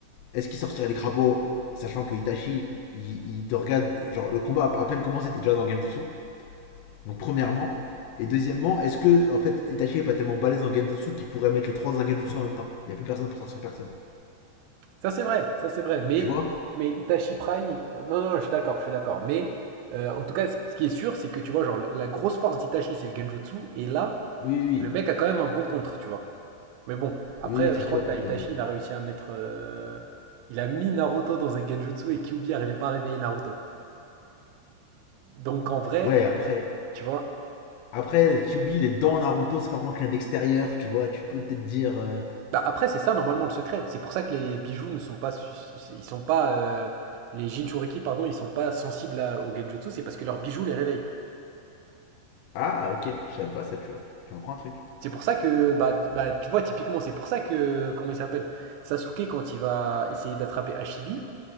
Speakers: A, on the left (about 80°); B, on the right (about 80°).
A: est-ce qu'il sortirait les crapauds, sachant que Itachi, il, il te regarde. Genre, le combat a à peine commencé, t'es déjà dans Genjutsu. Donc, premièrement. Et deuxièmement, est-ce que, en fait, Itachi est pas tellement balèze en Genjutsu qu'il pourrait mettre les trois en Genjutsu en même temps Il n'y a plus personne pour sortir personne.
B: Ça c'est vrai, ça c'est vrai. Mais,
A: Tu vois
B: mais Itachi Prime, euh, non, non, je suis d'accord, je suis d'accord. Mais euh, en tout cas, c- ce qui est sûr, c'est que tu vois, genre, la, la grosse force d'Itachi, c'est le Genjutsu. Et là,
A: Oui, oui, oui.
B: le mec a quand même un bon contre, tu vois. Mais bon, après,
A: Oui, oui,
B: euh,
A: c'est
B: je
A: sûr.
B: crois que t'as
A: Il
B: Itachi,
A: peut... hein.
B: il a réussi à mettre. euh, il a mis Naruto dans un Genjutsu et Kyuubi n'arrivait pas à réveiller Naruto. Donc en vrai,
A: Ouais, après.
B: tu vois.
A: Après, Kyubi, il est dans Naruto, c'est pas vraiment quelqu'un d'extérieur, tu vois. Tu peux peut-être dire. euh,
B: Bah, après, c'est ça normalement le secret. C'est pour ça que les bijoux ne sont pas. su- su- Ils sont pas. euh, les Jinchuriki, pardon, ils sont pas sensibles à- au Genjutsu, c'est parce que leurs bijoux les réveillent.
A: Ah, ok, je savais pas ça, tu vois. Tu en prends un truc.
B: C'est pour ça que, bah, t- bah, tu vois, typiquement, c'est pour ça que, comment il s'appelle? Sasuke, quand il va essayer d'attraper Hashibi,